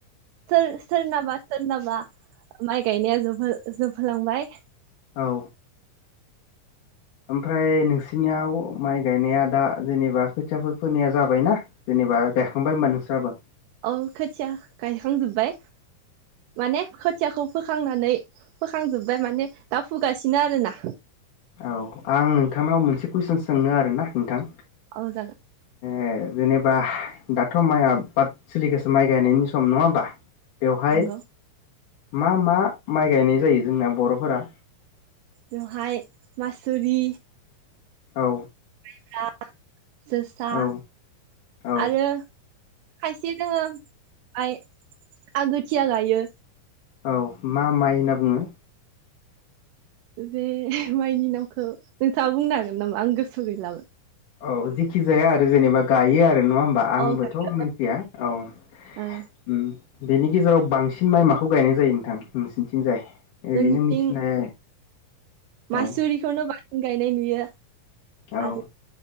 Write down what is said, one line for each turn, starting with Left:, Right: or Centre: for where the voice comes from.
Right: सोर सोरनाबा सोरनाबा माइ गायनाया जोबहो जोबहोलांबाय,
Left: औ ओमफ्राय नोंसिनियाव माइ गायनाया दा जेनेबा खोथियाफोर फोनोनाया जाबायना जेनेबा गायखांबाय होनबा नोंस्राबो,
Right: औ खोथिया गायखांजोब्बाय माने खोथियाखौ फोखांनानै फोखांजोबबाय माने दा फुगासिनो आरोना?
Left: औ आं नोंथांनाव मोनसे कुइसन सोंनो आरोना नोंथां,
Right: औ जागोन।
Left: ए जेनेबा दाथ' माइ आबाद सोलिगासिनो माइ गायनायनि सम नङा होमबा, बेवहाय,
Right: नंगौ
Left: मा मा माइ गायनाय जायो जोंना बर'फोरा,
Right: जहाय मासुरि
Left: औ।
Right: <unintelligible> जोसा
Left: औ औ
Right: आरो खायसे दोङो आइ आगोथिया गायो।
Left: औ मा माइ होनना बुङो?
Right: बे माइनि नामखौ नोंथाङा बुंनो हागोन नामा? आं गोसो आव गैलामोन।
Left: औ जेखि जाया आरो जेनेबा गायो आरो नङा होमबा आंबोथ'
Right: औ गायो
Left: मिथिया औ ओम।
Right: ओ
Left: बेनि गेजेराव बांसिन माइ माखौ गायनाय जायो नोंथां नोंसिनिथिंजाय? ओरैनो
Right: जोंनिथिं
Left: मिथिनाय औ
Right: मासुरिखौनो बां गायनाय नुयो।
Left: औ
Right: आरो